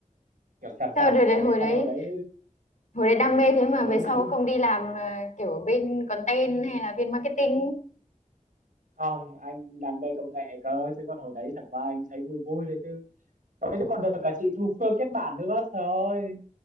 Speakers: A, on the right (about 80°); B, on the left (about 65°).
A: kiểu sàn
B: Sao
A: sàn
B: đợt,
A: kiểu
B: đợt
A: vậy
B: hồi đấy
A: xong hồi đấy
B: hồi đấy đam mê thế mà
A: hồi
B: về
A: đấy
B: sau
A: <laughs>
B: không đi làm ờ, kiểu ở bên content hay là bên marketing?
A: không anh đam mê công nghệ cơ chứ còn hồi đấy chẳng qua anh thấy vui vui thôi chứ hồi đấy còn được cả chị Thu Phương kết bạn nữa trời ơi